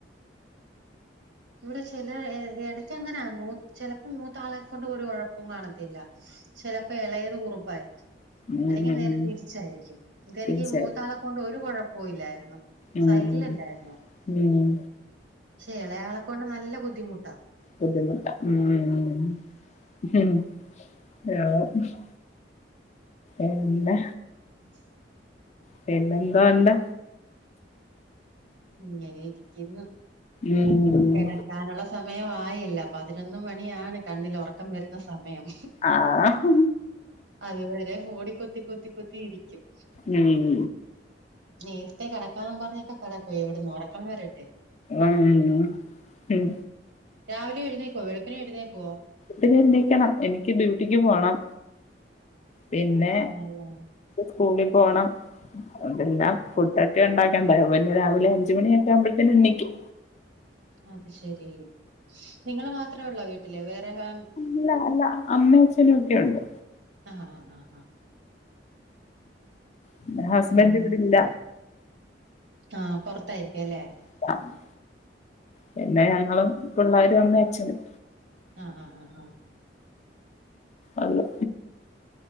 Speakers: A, on the right; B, on the left.
A: ഇവിടെ ചെല എ എടയ്ക്കങ്ങനാ മൂ ചെലപ്പോ മൂത്താളെ കൊണ്ടൊരു കൊഴപ്പോംകാണത്തില്ല ചെലപ്പ എളേത് കുറുമ്പായിരിക്കും
B: ഉം
A: അല്ലെങ്കി
B: ഉം
A: നേരെ തിരിച്ചായിരിക്കും ഇതെനിക്കീ
B: തീർച്ചയായും
A: മൂത്താളെ കൊണ്ടൊരു കുഴപ്പോല്ലായിരുന്നു
B: ഉം
A: സൈലന്റായിരുന്നു
B: ഉം
A: ശെ എളേയാളെക്കൊണ്ട് നല്ല ബുദ്ധിമുട്ടാ
B: ബുദ്ധിമുട്ട മ്മ് ഹ്മ് <unintelligible> എന്താ
A: <inaudible>
B: പിന്നെന്തോണ്ട്
A: ഇങ്ങനെയിരിക്കുന്നു
B: ഉം
A: കെടക്കാനുള്ള സമയമായില്ല പതിനൊന്ന് മണിയാണ് കണ്ണിൽ ഒറ ക്കം വരുന്ന സമയം
B: ആഹ്
A: അതുവരെ ഫോണി കുത്തി കുത്തി കുത്തിയിരി ക്കും
B: ഉം
A: നേരത്തെ കിടക്കാന്നും പറഞ്ഞൊക്കെ കട പൊയെവിട്ന്ന് ഉറക്കംവരണ്ടെ
B: ഉം ഉം
A: രാവിലെ എഴുന്നേക്കുവോ? വെളുപ്പിനെ എഴുന്നേക്കുവോ?
B: പിന്നെയ്ന്നേക്കണം എനിക്ക് ഡ്യൂട്ടിക്ക് പോണം. പിന്നെ
A: ആണല്ലേ
B: സ്കൂളിപോണം അതോണ്ടല്ലാം ഫുഡ ഒക്കെ ഉണ്ടാക്കണ്ടേ ഇവന്ന് രാവിലെ അഞ്ച് മണിയൊക്കെയാവുംമ്പത്തനെണീക്കും.
A: അത് ശരി നിങ്ങള് മാത്രേ ഉള്ളോ വീട്ടില്? വേറെ ഫാം
B: ല്ല അല്ല അമ്മേ അഛനൊക്കെയുണ്ട്
A: ആഹ് ആഹ് ആഹ് ആഹ്
B: പിന്നെ ഹസ്ബൻഡ്
A: <unintelligible>
B: ഇവിടെ ഇല്ല
A: ആഹ് പൊറത്തായിരിക്കുവല്ലേ
B: <unintelligible> പിന്നെ ഞങ്ങളും പിള്ളാരും അമ്മേയച്ഛനും.
A: ആഹ് ആഹ് ആഹ് ആഹ്
B: ഒള്ളു